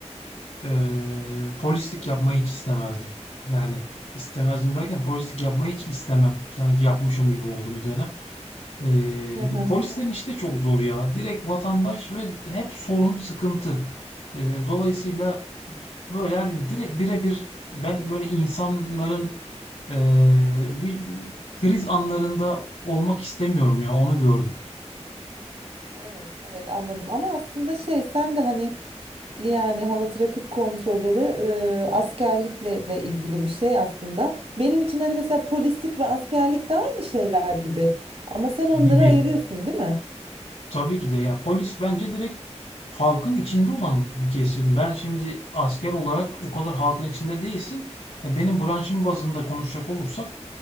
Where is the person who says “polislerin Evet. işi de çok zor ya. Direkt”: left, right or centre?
Left